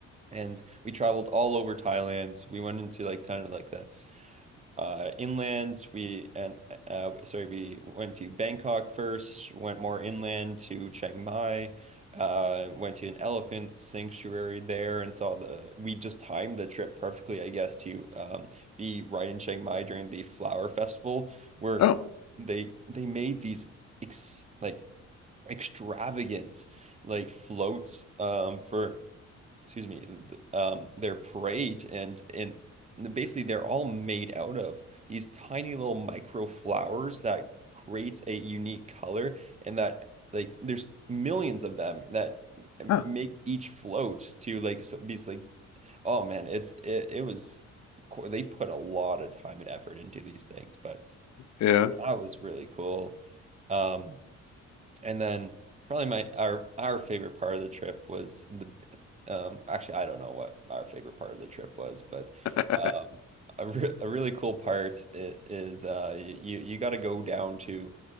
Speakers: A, on the right; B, on the left.
A: and we traveled all over Thailand. We went into like kind of like the uh inland we and uh sorry we went to Bangkok first went more inland to Chiang Mai uh went to an elephant sanctuary there and saw the we just timed the trip perfectly I guess to um be right in Chiang Mai during the flower festival where
B: oh,
A: they they made these ex like extravagant like floats um for excuse me, th um, their parade and and basically they're all made out of these tiny little micro flowers that creates a unique color and that like there's millions of them that m-
B: huh,
A: make each float to like so be like oh man it's it, it was co- they put a lot of time and effort into these things but
B: yeah.
A: that was really cool um and then probably my our our favorite part of the trip was the um actually I don't know what our favorite part of the trip was, but
B: <laughs>
A: um a, re a really cool part i- is uh y- you you got to go down to